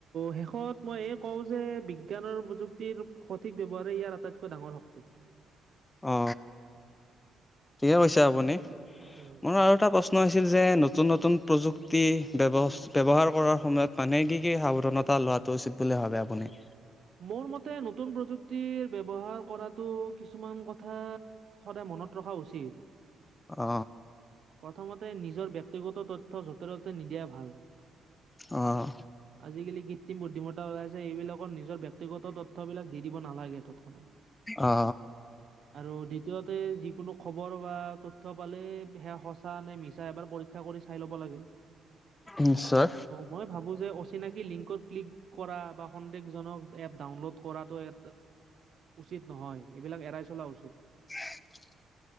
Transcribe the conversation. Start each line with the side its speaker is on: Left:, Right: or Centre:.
Right: শেষত মই এই কওঁ যে বিজ্ঞান আৰু প্ৰযুক্তিৰ সঠিক ব্যৱহাৰেই ইয়াৰ আটাইতকৈ ডাঙৰ শক্তি।
Left: অ ঠিকে কৈছো আপুনি।
Right: উম
Left: মোৰ আৰু এটা প্ৰশ্ন হৈছিল যে নতুন নতুন প্ৰযুক্তি ব্যৱ -ব্যৱহাৰ কৰাৰ সময়ত- মানে কি কি সাৱধানতা লোৱাটো উচিত বুলি ভাবে আপুনি
Right: মোৰ মতে নতুন প্ৰযুক্তিৰ ব্যৱহাৰ কৰাতটো কিছুমান কথা। - সদায় মনত ৰখা উচিত।
Left: অ
Right: প্ৰথমতে নিজৰ ব্যক্তিগত তথ্য য'তে ত'তে নিদিয়া ভাল
Left: অঁ
Right: আজিকালি কৃত্ৰিম বুদ্ধিমত্তা ওলাইছে এইবিলাকৰ নিৰ ব্যয়ক্তিগত তথ্যবিলাক দি দিব নালাগে তৎক্ষণা।
Left: অ
Right: আৰু দ্বিতীয়তে যিকোনো খবৰ বা তথ্য পালে সেয়া সঁচা নে মিছা এবাৰ <unintelligible> চাই লব লাগে
Left: নিশ্চয়
Right: মই ভাবো যে অচিনাকি লিং ক্লিক কৰা বা সন্দেহজনক এপ ডাউনলোড কৰাটো এ উচিত নহয় এইবিলাক এৰাই চলা উচিত
Left: <unintelligible>